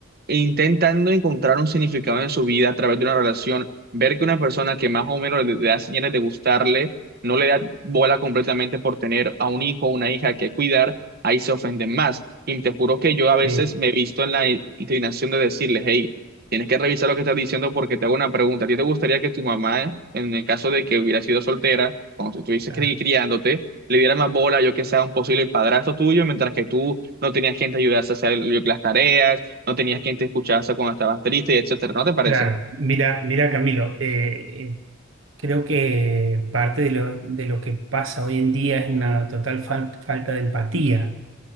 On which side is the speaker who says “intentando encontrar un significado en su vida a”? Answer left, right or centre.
Right